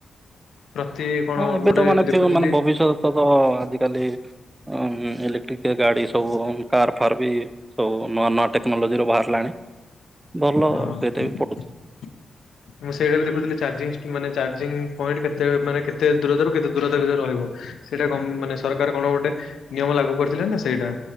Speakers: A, on the left; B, on the right.
A: ପ୍ରତି କଣ
B: ହଁ
A: ମୁଁ
B: ଏବେ
A: ଗୋଟେ
B: ତ ମାନେ
A: ଦେଖୁଥିଲି
B: ଫି ମାନେ ଭବିଷ୍ୟତ ତ ଆଜିକାଲି। ଅ ଇଲେକ୍ଟ୍ରି କେ ଗାଡି ସବୁ କାର ଫାର୍ ବି ସବୁ ନୂଆ ନୂଆ ଟେକ୍ନୋଲୋଜିର ବାହାରିଲାଣି ଭଲ
A: ହଁ
B: ସେତେ ବି ପଡୁଛି।
A: <inaudible> ମୁଁ ସେଇଟା ବି ଦେଖୁଥିଲି ଚାଜିଷ୍ଟି ମାନେ ଚାଜିଂଙ୍ଗି ପଏଣ୍ଟ କେତେ ମାନେ କେତେ ଦୂରତାରୁ କେତେ ଦୂରତା ଭିତରେ ରହିବ। ସେଇଟା କମ ମାନେ ସରକାର କଣ ଗୋଟେ ନିୟମ ଲାଗୁ କରିଥିଲେ ନା ସେଇଟା